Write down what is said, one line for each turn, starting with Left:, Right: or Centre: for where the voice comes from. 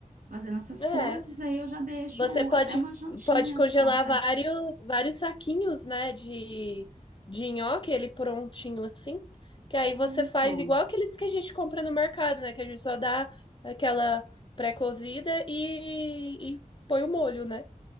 Right: fazendo essas
Left: é.
Right: coisas. Aí eu já deixo
Left: Você pode,
Right: até uma jantinha
Left: pode congelar
Right: pronta.
Left: vários, vários saquinhos, né, de, de nhoque, ele prontinho assim, que aí
Right: com
Left: você
Right: Isso.
Left: faz igual aqueles que a gente compra no mercado, né, que a gente só dá aquela pré-cozida e, e põe o molho, né?